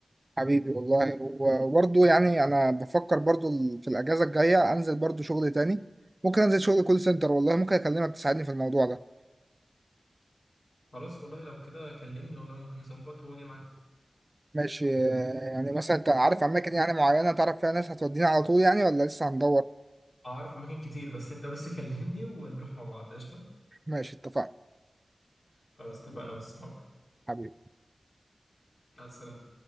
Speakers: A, on the right (about 25°); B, on the left (about 55°).
A: حبيبي والله و- وبرضه يعني انا بفكر برضه ال- في الاجازه الجايه انزل برضه شغل تاني ممكن انزل شغل كول سنتر والله ممكن اكلمك تساعدني في الموضوع ده
B: خلاص والله لو كده كلمني والله ممكن نظبط وأجي معاك
A: ماشي آه، يعني مثلا انت عارف اماكن يعني معينه تعرف فيها ناس هتودينا على طول يعني ولا لسه هندور
B: أعرف أماكن كتير بس أنت بس <laughs> كلمني ونروح مع بعض قشطة
A: ماشي اتفقنا
B: خلاص اتفقنا بالصحاب
A: حبيبي
B: مع السلامة